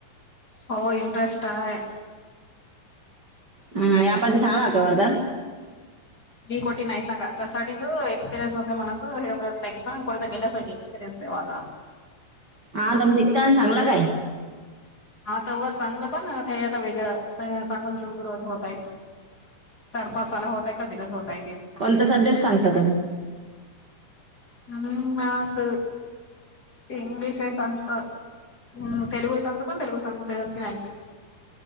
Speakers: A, on the left; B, on the right.
A: हो इंटरेस्ट आहे.
B: हम्, या आपण छान का वरदर.
A: मी कोटी नाही सांगा त्यासाठीच एक्सपिरियन्स होते <unintelligible> म हेि. हां कोडत गलासग एक्परयनस याव आ <unintelligible>
B: हा तम शिकता आणि सांगला काय <unintelligible>
A: हा तर वर चांगलं पण ते आता वगरं सांगून रग्र होतय. चारपासाला होतय कधीकच होतय की.
B: कोणता सब्जेट सांगात तुम्ही.
A: हम्म, म अस. इंग्लिश हे सांगत. हम, तेलगु सांगत पण तेलगू सांगू देता की नाही.